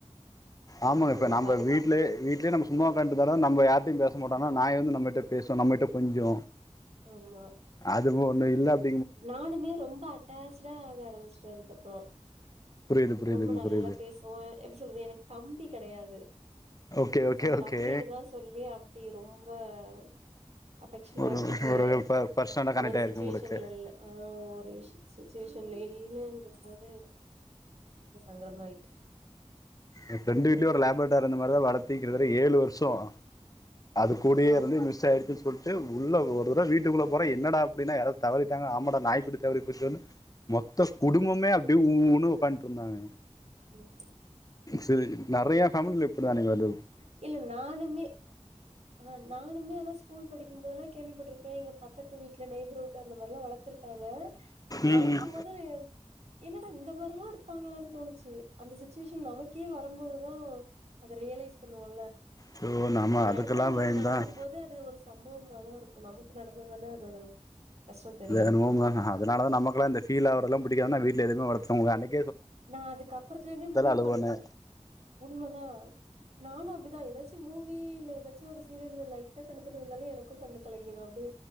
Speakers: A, on the left (about 30°); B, on the right (about 70°).
A: ஆமாங்க
B: அவ்ளோ
A: இப்ப நம்ப
B: பாதிப்பு
A: வீட்லயே வீட்லயே நம்ம சும்மா ஒக்காந்துட்டு இருந்தாலு நம்ம யார்கிட்டயு பேச பேச மாட்டாங்க நாய் வந்து நம்மகிட்ட பேசு நம்மகிட்ட கொஞ்சு
B: ஆமா
A: அது போ இல்ல இல்ல அப்
B: நானுமே ரொம்ப அட்டாச்டா ஆக ஆரம்பிச்சிட்டே அதுக்கப்பறோ
A: புரியுது புரியுதுங்க
B: ரொம்ப நல்லா
A: புரியுது
B: பேசுவோ எப்டி சொல்றது எனக்கு தம்பி கெடையாது
A: ஓகே ஓகே
B: சோ
A: ஓகே
B: தம்பின்னுதா சொல்லி அப்டி ரொம்ப ஆ அஃபெக்க்ஷனா
A: ஒரு
B: இருந்துட்டு
A: ஒரு பர்சனலா கனெக்ட்
B: ஒரு
A: ஆயிருக்கு
B: சிச்சுவேஷன்ல
A: உங்களுக்கு
B: இல்ல ஆ ஒரு விஷ் சுச்சுவேஷன்ல என்னன்னு இந்த அது ரொம்ப சங்கடமா ஆயிட்டு
A: ஏங்க ஃப்ரெண்ட் வீட்லயு ஒரு லேபர்ட்டாக் அந்த மாரிதா வளத்து கிட்டதட்ட ஏழு வர்சோ அது கூடயே
B: ஆ
A: இருந்து மிஸ் ஆயிடுச்சி சொல்ட்டு உள்ள ஒரு தடவ வீட்டுக்குள்ள போற என்னடா அப்டின்னா யாராவது தவறிட்டாங்களா ஆமாடா நாய்க்குட்டி தவறி போச்சோன்னு மொத்த குடும்பமே
B: ம்
A: அப்டி உ ம் உக்காந்துட்டு இருந்தாங்க
B: ம்
A: சேரி நெறைய ஃபேம்லில இப்டி தா இப்படி தானுங்க அது
B: இல்ல நானுமே ஆஹ் நானுமே ஆனா ஸ்கூல் படிக்கும் போதுலா கேள்விப்பட்டிருக்கே எங்க பக்கத்து வீட்டுல நைய்பர்வுட் அந்த மாரிலாம் வளத்திருக்காங்க
A: ம்
B: வளக்கும்
A: ம்
B: போது என்னடா இந்த மாரி இருப்பாங்கலான்னு தோணுச்சு அந்த சுட்வேஷன் நமக்கே வரும்போது தா அது ரியலைஸ் பண்ணுவோல
A: ஸோ நம்ம
B: அது
A: அதுக்கெல்லாம்
B: அடுத்தவங்களுக்கு
A: பயந்தான்
B: நடக்கும் போது அது ஒரு சம்பவமாதா இருக் நமக்கு நடந்ததுனா அதோட கஷ்டோ தெரியு
A: என்னமோங்க அதனாலதா நமகெல்லா அந்த ஃபீலாவரதுலாம் பிடிக்காம வீட்டுல எதுவுமே வளக் <unintelligible>
B: நா அதுக்கப்பறத்துலேந்தே முடிவு
A: அழுவேன்னு
B: பண்ணிட்ட உண்மதா நானு அப்டிதா எதாச் சி மூவி இல்ல ஏதாச்சு ஒரு சீரியல்ல லைட்டா கண்லத்தண்ணி வந்தாலு எனக்கு கண்ணு கலங்கிடு அப்டே